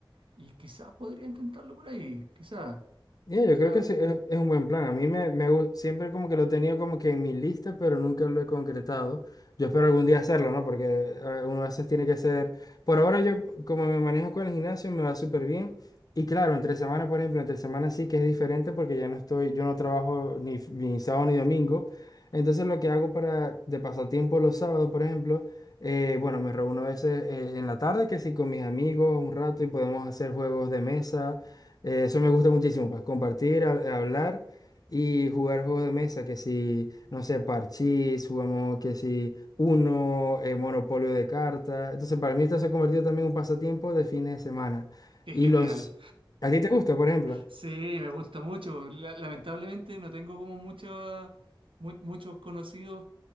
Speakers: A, on the right; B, on the left.
A: y quizás podría intentarlo por ahí, quizás.
B: Ya, yo
A: O sea,
B: creo que sí, es, es un buen plan. A mí me, me gu- siempre como que lo tenía como que en mi lista, pero nunca lo he concretado. Yo espero algún día hacerlo, ¿no? Porque eh, uno a veces tiene que hacer... Por ahora yo, como me manejo con el gimnasio, me va súper bien. Y claro, entre semana, por ejemplo, entre semana sí que es diferente porque ya no estoy, yo no trabajo ni, f- ni sábado ni domingo. Entonces lo que hago para de pasatiempo los sábados, por ejemplo, eh, bueno, me reúno a veces eh, en la tarde, que sí, con mis amigos un rato y podemos hacer juegos de mesa eh, Eso me gusta muchísimo, pues compartir, hab- hablar y jugar juegos de mesa, que si, no sé, parchís, jugamos que si uno, eh, monopolio de cartas. Entonces, para mí esto se ha convertido también en un pasatiempo de fines de semana.
A: Qué
B: Y
A: genial.
B: los... ¿A ti te gusta, por ejemplo?
A: Sí, me gusta mucho. La- lamentablemente no tengo como mucha, mu- muchos conocidos